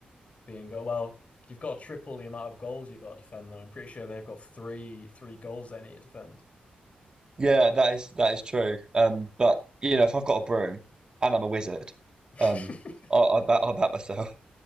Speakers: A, on the left; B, on the right.
A: being go well. You've got to triple the amount of goals you've got to defend, though. I'm pretty sure they've got three three goals they need to defend.
B: Yeah, that is that is true. Um, but you know, if I've got a broom and I'm a wizard,
A: <laughs>
B: um, I, I bat I bat myself.